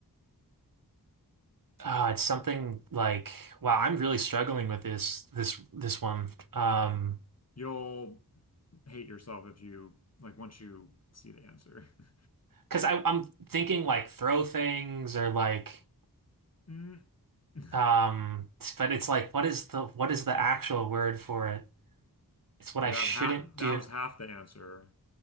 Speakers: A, on the right; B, on the left.
A: uh, it's something like, wow, I'm really struggling with this this this one. Um,
B: You'll hate yourself if you like once you see the answer. <laughs>
A: because I I'm thinking like throw things or like
B: Mm. You
A: um but it's like what is the what is the actual word for it? It's what I
B: have
A: shouldn't
B: half that
A: do.
B: was half the answer.